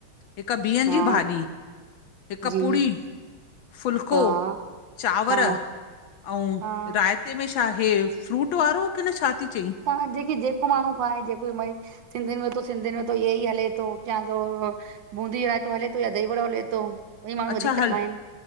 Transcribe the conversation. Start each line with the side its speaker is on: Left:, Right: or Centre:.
Left: हिक बिहनि
Right: हा
Left: जी भाॼी, हिकु
Right: जी
Left: पूड़ी फुल्को,
Right: हा
Left: चांवर,
Right: हा
Left: आऊं
Right: हा
Left: मीठे में छा हे फ्रूट वारो की न छा थी चईं?
Right: तवां जेकी जेको माण्हू खाए जेको मए सिंधिनि में त सिंधिनि में त इओ हि हले तो या ओ बूंदी रायतो हले थो या दही बड़ो हले थो ॿई माण्हू
Left: अच्छा
Right: वधीक
Left: हल
Right: ता खाइनि।